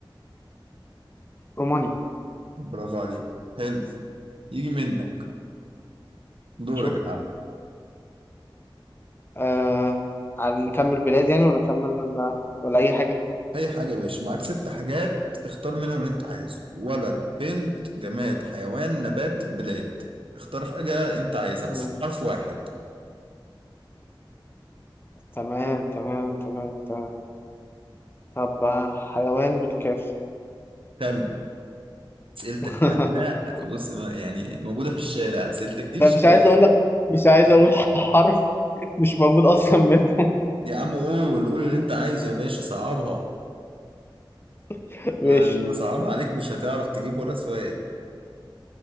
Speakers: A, on the left; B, on the right.
A: رومانيا
B: برافو عليك حلو يجي منك دورك
A: شوف
B: يا معلم
A: آه عن- نكمل بلاد يعني ولا نكمل ولا اي حاجه
B: اي حاجه يا باشا معاك ست حاجات اختار منهم اللي انت عايزه ولد بنت جماد حيوان نبات بلاد اختار حاجه انت عايزها
A: آه،
B: بس بحرف واحد
A: تمام تمام تمام تمام طب آه، حيوان بالكاف
B: كلب اسئلتك
A: <laughs>
B: سهله بص ما- يعني موجوده في الشارع اسئلتك دي في
A: لا
B: الشارع
A: مش عايز اقول لك مش عايز اقول <laughs> حرف مش موجود اصلا منه
B: يا عم قول قول اللي انت عايزه يا باشا صعبها
A: <laughs> ماشي
B: انا لما صعبها عليك مش هتعرف تجيب ولا سؤال